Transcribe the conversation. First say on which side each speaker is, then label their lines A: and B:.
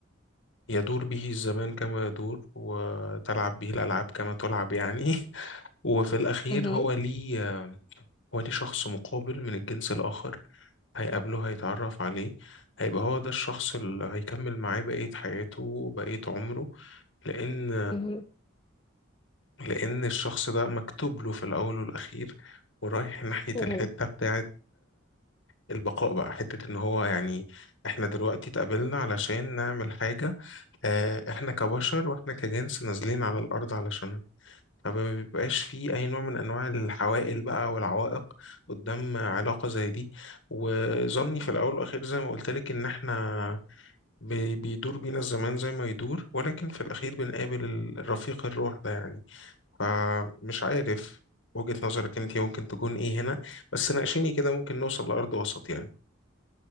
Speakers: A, on the left; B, on the left.
A: يدور به الزمان كما يدور وتلعب به الألعاب كما تلعب يعني <laughs> وفي الأخير
B: مهم.
A: هو ليه هو ليه شخص مقابل من الجنس الآخر هيقابله هيتعرف عليه هيبقى هو ده الشخص اللي هيكمل معاه بقية حياته بقية عمره لأن
B: مهم.
A: لأن الشخص ده مكتوب له في الأول والأخير ورايح ناحية
B: مهم.
A: الحتة
B: مهم.
A: بتاعت البقاء بقى حتة ان هو يعني احنا دلوقتي اتقابلنا علشان نعمل حاجة آه، احنا كبشر واحنا كجنس نازلين على الارض علشانها فما بيبقاش فيه اي نوع من انواع الحوائل بقى والعوائق قدام علاقة زي دي وظني
B: <laughs>
A: في الاول والاخير زي ما قلت لك ان احنا بي- بيدور بينا الزمان زي ما يدور ولكن في الاخير بنقابل الرفيق الروح ده يعني فمش عارف وجهة نظرك انت ممكن تكون ايه هنا بس ناقشيني كده ممكن نوصل لأرض وسط يعني